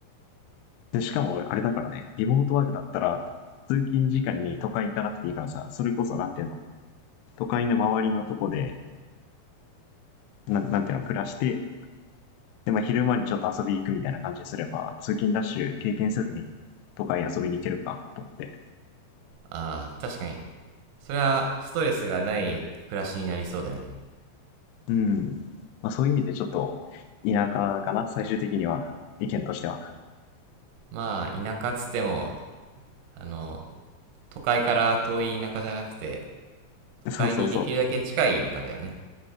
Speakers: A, on the left (about 85°); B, on the right (about 90°).
A: う。で、しかもあれだからね、リモートワークだったら、通勤時間に都会行かなくていいからさ、それこそなんていうの、都会の周りのとこで、なんなんていうの、暮らして、で、まあ昼間にちょっと遊び行くみたいな感じにすれば、通勤ラッシュ経験せずに都会に遊びに行けるかと思って。
B: ああ、確かに。それはストレスがない暮らしになりそうだよね。
A: うん。まあ、そういう意味でちょっと田舎かな、最終的には。意見としては。
B: まあ、田舎っつっても、あの、都会から遠い田舎じゃなくて、都会にできるだけ近い田舎だよね。
A: そうそうそう。